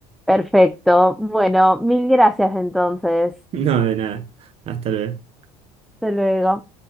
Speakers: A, in the centre; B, on the right.
A: Perfecto, bueno, mil gracias entonces.
B: No, de nada. Hasta luego.
A: Hasta luego.